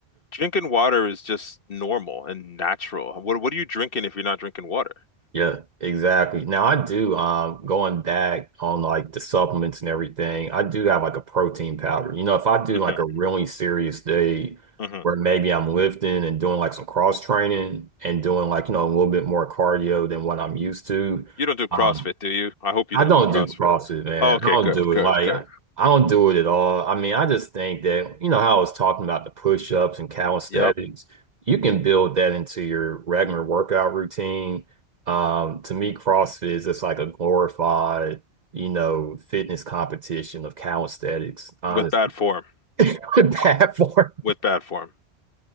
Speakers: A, on the left; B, on the right.
A: Drinking water is just normal and natural. What what are you drinking if you're not drinking water?
B: Yeah, exactly. Now I do um going back on like the supplements and everything, I do have like a protein powder. You know, if I do
A: hmm
B: like a really serious day
A: hmm
B: where maybe I'm lifting and doing like some cross training and doing like, you know, a little bit more cardio than what I'm used to,
A: You don't do CrossFit,
B: um,
A: do you? I hope you
B: I
A: don't
B: don't
A: do CrossFit.
B: do CrossFit, man.
A: Oh, okay,
B: I
A: good,
B: don't do
A: good,
B: it. Like,
A: good.
B: I, I don't do it at all. I mean, I just think that, you know, how I was talking about the push-ups and calisthenics,
A: Yep.
B: you can build that into your regular workout routine. Um, to me, CrossFit is just like a glorified, you know, fitness competition of calisthenics, honestly.
A: With bad form.
B: <laughs> Bad form.
A: With bad form.